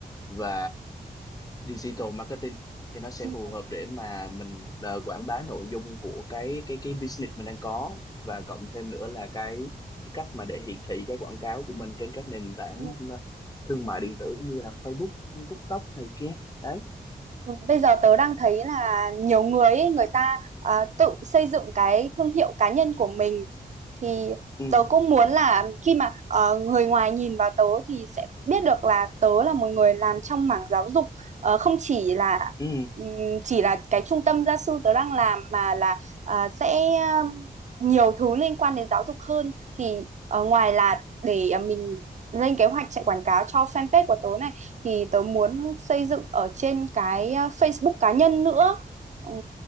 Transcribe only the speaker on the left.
và digital marketing thì nó sẽ
phù hợp để mà mình ờ, quảng bá nội dung của cái cái cái business mình đang có và cộng thêm nữa là cái cái cách mà để hiển thị cái quảng cáo của mình trên các nền tảng
ờ, thương mại điện tử như là Facebook, TikTok này kia đấy
ừ.
Ừ,